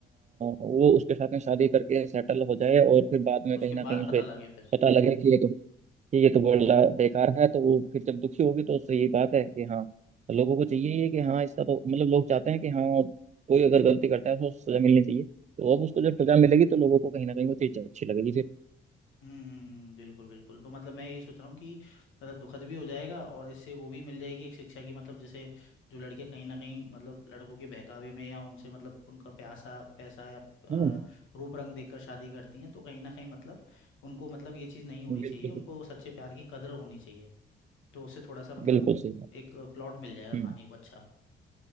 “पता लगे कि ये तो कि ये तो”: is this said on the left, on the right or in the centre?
Right